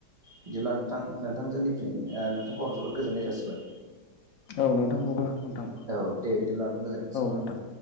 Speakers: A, on the right; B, on the left.
A: बिदिब्ला नोंथां नोंथां जोंनि ओ नोंथांखौ आं जोबोद गोजोननाय जासिबाय।
B: औ नोंथांखौबो नोंथां
A: औ दे बिदिब्ला नोथां गोजोनथोंसै।
B: औ नोंथां।